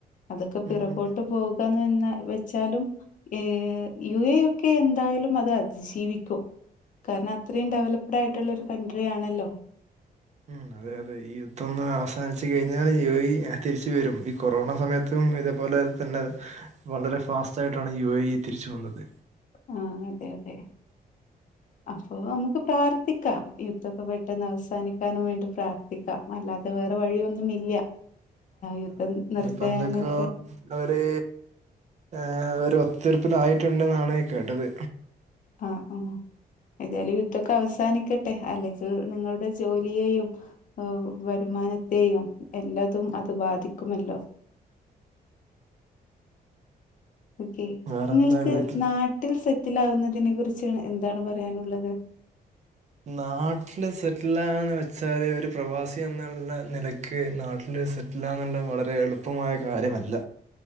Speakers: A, on the left (about 55°); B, on the right (about 45°).
A: അതൊക്കെ
B: ഉം
A: പിറകോട്ട് പോവുക ന്നൊന്ന് വെച്ചാലും. ഏ യു എ ഇ ഒക്കെ എന്തായാലും അത് അതിജീവിക്കും. കാരണം അത്രയും ഡെവലപ്ഡ് ആയിട്ടുള്ളൊരു കൺട്രി ആണല്ലോ.
B: ഉം. ഉം. അതെ അതെ. ഈ യുദ്ധ ഒന്ന് അവസാനിച്ച് കഴിഞ്ഞാൽ യു എ ഇ തിരിച്ച് വരും. ഈ കൊറോണ സമയത്തും ഇതേപോലെ തന്നെ വളരെ ഫാസ്റ്റ് ആയിട്ടാണ് യു എ ഇ തിരിച്ചു വന്നത്.
A: ആഹ്. അതെ അതെ. അപ്പൊ നമുക്ക് പ്രാർത്ഥിക്കാം യുദ്ധൊക്കെ പെട്ടെന്ന് അവസാനിക്കാനും വേണ്ടി പ്രാർത്ഥ ത്തിക്കാം. അല്ലാതെ വേറെ വഴിയൊന്നും ഇല്ല. യുദ്ധം
B: അതെ
A: നിർത്താനൊക്കെ
B: ഇപ്പൊ എന്തൊക്കെയോ അവര് ഏ ഒരു ഒത്ത് തീർപ്പിലായിട്ട്ണ്ട്ന്നാണ് കേട്ടത്.
A: ആഹ് ആഹ്. ഏതായാലും യുദ്ധ്ക്കെ അവസാനിക്കട്ടെ അല്ലെങ്കിൽ നിങ്ങളുടെ ജോലിയേയും ഓഹോ വരുമാനത്തെയും എല്ലതും അത് ബാധിക്കുമല്ലോ ഓക്കെ.
B: വേറെന്താ
A: നിങ്ങൾക്ക്
B: വീട്ടിൽ
A: നാട്ടിൽ സെറ്റിലാ വുന്നതിനെ കുറിച്ച് എന്താണ് പറയാനുള്ളത്?
B: നാട്ടില് സെറ്റിലാകാന്ന് വെച്ചാല് ഒരു പ്രവാസി എന്നുള്ള നിലക്ക് നാട്ടില് സെറ് റ്റ് ലാവുണ്ട വളരെ എളുപ്പമായ കാര്യമല്ല.